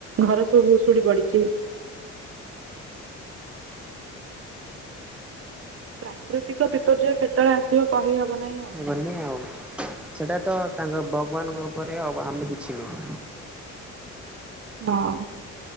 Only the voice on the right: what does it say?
ଘର ସବୁ ଭୁସ୍ ଉପୁଡ଼ି ପଡ଼ିଛି। ପ୍ରାକୃତିକ ବିପର୍ଯ୍ୟୟ କେତେବେଳେ ଆସିବ କହି ହବନାହିଁ ଆଉ।
ହଁ।